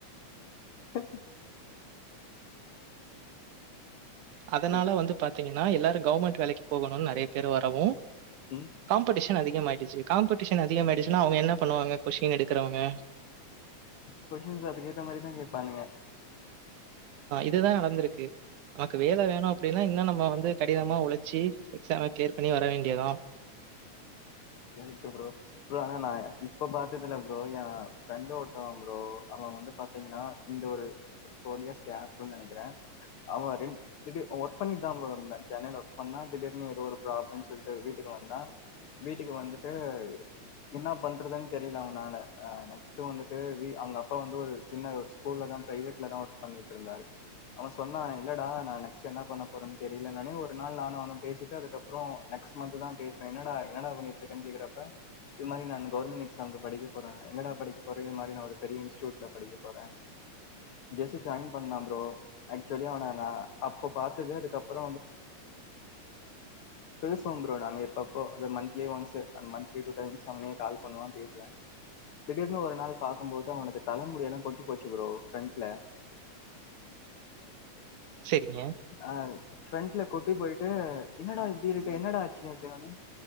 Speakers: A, on the left; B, on the right.
A: <unintelligible>
B: அதனால
A: இது
B: வந்து பாத்தீங்க நா எல்லாரு கவர்மெண்ட வேலைக்கு போகணுன் நறைய பேர் பேர் வரவு
A: ம்
B: காம்படிஷன் அதிக் கமாயிடுச்சு காம்படிஷன் அதிகம்யிடுச்சுன்னா அவங்க என்ன பண்ணுவாங்க கொஷின் எடுக்கிறவங்க
A: கொஷின்ஸ் அதுக்கேத்த மாரிதா கேப்பானுங்க
B: இதுதா நடந்திருக்கு நமக்கு வேல வேணு அப்டின்னா இன்னு நம்ம வந்து கடினமா உழைச்சி எக்ஸாம் கிளியர் பண்ணி வர வேண்டியதா
A: கெராடு ப்ரோ ப்ரோ ஆனா நா இப்ப பாத்ததுல ப்ரோ என் ஃப்ரெண்ட ஒருத்தவ ப்ரோ அவ வந்து பாத்தீங்கன்னா இந்த ஒரு ஃபோர் இயஸ் கேப்ன்னு நனைக்கிறே அவ ரென்டுடு ஒர்க் பண்ணிட்டு தா ப்ரோ இருந்தா சென்னைல ஒர்க் பண்ணா திடீர்னு ஏதோ ஒரு ப்ராப்ளம்னு சொல்லிட்டு வீட்டுக்கு வந்தா வீட்டுக்கு வந்துட்டு என்ன பண்ணுறதுன்னு தெரியல அவனால நெக்ஸ்ட்டு வந்துட்டு வீ அவங்க அப்பா வந்து ஒரு சின்ன ஒரு ஸ்கூல தா ப்ரைவேட்ல தா ஒர்க் பண்ணிகிக்கிட்டுருந்தாரு அவ சொன்னா இல்லடா நா நெக்ஸ்ட் என்ன பண்ண போறேன்னு தெரியலைனானே ஒரு நாள் நானு அவனு பேசிட்டு அதுக்கப்புற நெக்ஸ்ட் மந்த்து தா பேசுனே என்னடா எனடா பணிட்ருக்கனு கேக்குறப்ப இதுமாரி நானு கவெர்மென் எக்சாமூகு படிகப்போற எங்கடா படிகப்போற இந்தமாரி நா பெரிய இன்ஸ்டூட்ல படிகப்போற ஜஸ்ட் ஜாய்ன் பண்னலா ப்ரோ ஆக்சுவளி அவன நா அப்போ பாத்தது அதுக்கப்பற பெருசுன்ற நாங்க இப்போ இப்போ அ மந்த்லி ஒன்ஸ் அந்த மந்த்லி டூ டிம்ஸ் அவனே கால் பண்ணுவா பேசுவே திடீர்னு ஒரு நாள் பாக்கு போது அவனுக்கு தலைமுடி எல்லா கொட்டி போச்சு ப்ரோ ப்ரெண்ட்ல
B: சரிங்க.
A: அ ஃப்ரண்ட்ல கொட்டி போயிட்டு என்னடா இப்படி இருக்கு என்னடா ஆச்சு அப்டினோனே